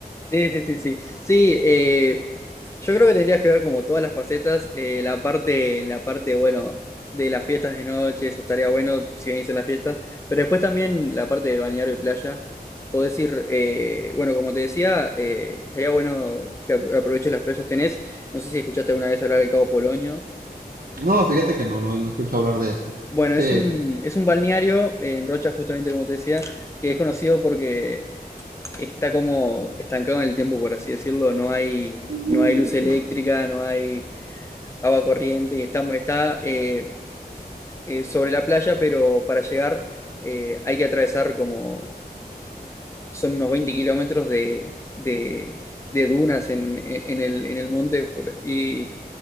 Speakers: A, on the left (about 15°); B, on the right (about 60°).
A: Sí, sí, sí, sí. Sí, eh, Yo creo que tendrías que ver como todas las facetas, eh, la parte, la parte, bueno, de las fiestas de noche, eso estaría bueno si venís en la fiesta, pero después también la parte del balneario y playa, podés ir, eh, bueno, como te decía, eh, estaría bueno que ap- aproveches las playas tenés, no sé si escuchaste alguna vez hablar del Cabo Polonio,
B: No, fíjate que no, no, no he escuchado hablar de eso.
A: bueno,
B: ¿Qué
A: es un,
B: es?
A: es un balneario en Rocha, justamente como te decía, que es conocido porque está como estancado en el tiempo, por así decirlo, no hay,
B: ¿Dónde
A: no hay luz
B: se-
A: eléctrica, no hay agua corriente, estamos, está eh, eh, sobre la playa, pero para llegar eh, hay que atravesar como, son unos 20 kilómetros de, de- de dunas en, en el, en el monte, por- y